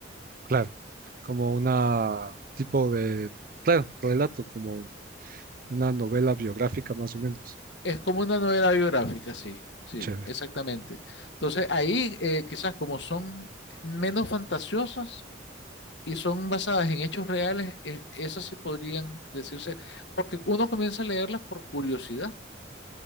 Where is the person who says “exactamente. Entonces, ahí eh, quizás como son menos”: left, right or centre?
Left